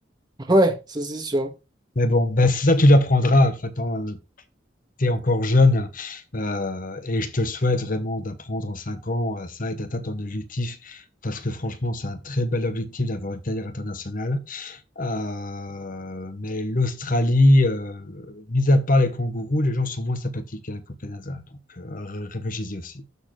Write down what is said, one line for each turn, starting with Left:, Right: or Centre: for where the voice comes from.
Right: <laughs> ouais, ça c'est sûr.
Left: Mais bon, bah, ça, tu l'apprendras. Enfin, t'en- t'es encore jeune euh, et je te souhaite vraiment d'apprendre en 5 ans euh, ça et d'atteindre ton objectif. Parce que franchement, c'est un très bel objectif d'avoir une carrière internationale. Euh, mais l'Australie, euh, mis à part les kangourous, les gens sont moins sympathiques hein, qu'au Canada. Donc, euh, réfléchissez aussi.